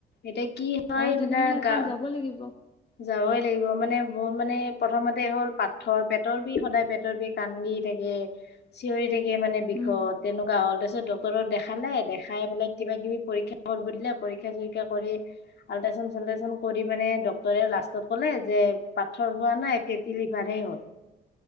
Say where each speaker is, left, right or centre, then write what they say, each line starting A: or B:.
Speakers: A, on the left; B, on the left.
A: এতিয়া কি হয়
B: অ
A: এইবিলাক
B: তেনেহলে এপাক
A: গা।
B: যাব লাগিব
A: যাবই লাগিব মানে ব মানে প্ৰথমতে হ'ল। পাথৰ পেটৰ বিষ সদায় পেটৰ বিষ কান্দি থাকে। নেৰে চিঞৰি থাকে মানে বিষত
B: উম
A: তেনেকুৱা হ'ল তাৰপিছত। ডক্টৰ দেখালে দেখাই পেলে কিবা কিবি পৰিক্ষা কৰিব দিলে পৰিক্ষা‌ চৰিক্ষা আল্ট্ৰাচাউণ্ড। ভালে যেন কৰি মানে ডক্টৰ। ডক্টৰে লাষ্টত কলে যে পাথৰ হোৱা নাই ফেটি লিভাৰ হে হ'ল।